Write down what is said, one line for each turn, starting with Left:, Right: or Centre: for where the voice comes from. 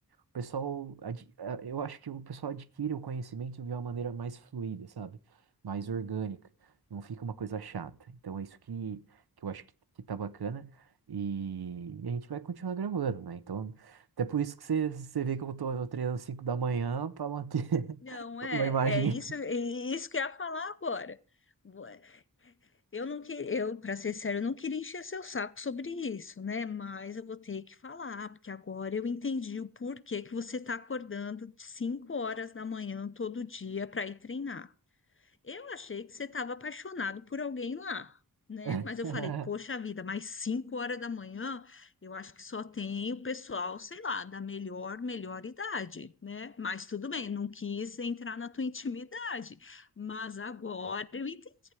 Right: O pessoal, ad- eh, eu acho que o pessoal adquire o conhecimento de uma maneira mais fluida, sabe? Mais orgânica. Não fica uma coisa chata. Então é isso que, que eu acho que, que tá bacana. E, e a gente vai continuar gravando, né? Então, até por isso que você, você vê que eu tô eu treinando 5 da manhã para manter <laughs>
Left: Não, é,
Right: uma imagem.
Left: é isso, é isso que eu ia falar agora. Ué, Eu não que, eu, para ser sério, eu não queria encher seu saco sobre isso, né? Mas eu vou ter que falar, porque agora eu entendi o porquê que você está acordando de 5 horas da manhã todo dia para ir treinar. Eu achei que você estava apaixonado por alguém lá, né?
Right: <laughs>
Left: Mas eu falei, poxa vida, mais cinco horas da manhã, eu acho que só tem o pessoal, sei lá, da melhor, melhor idade, né? Mas tudo bem, não quis entrar na tua intimidade. Mas agora eu entendi,